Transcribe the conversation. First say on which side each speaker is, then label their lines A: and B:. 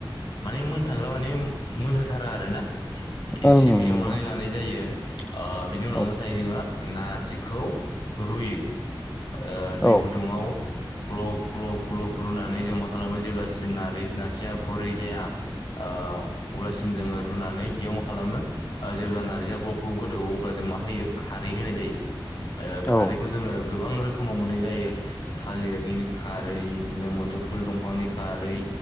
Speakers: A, on the left; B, on the left.
A: माने मोनथांग्रा माने मोनहोथारा आरो ना इसिम
B: ओं नंगौ
A: एवनानै लानाय जायो ओ बिनि उनाव
B: औ
A: मा जायो जोंआ नारजिखौ रुयो ओ दै
B: औ
A: गुदुङाव ग्लब ग्लब ग्लब रुनानै जों मा खालामो जेब्लासिम नारि नारजिया गुरै जाया ओ अब्लासिम जोङो रुनानै बेयाव मा खालामो जेब्ला नारजिया ग्लब ग्लब गोदौ अब्ला जों मा होयो खारै होनाय जायो। ओ खारैखौ
B: औ
A: जोङो गोबां रोखोमाव मोननाय जायो। थालिरनि खारै इदिनो मोदोमफुल दंफांनि खारै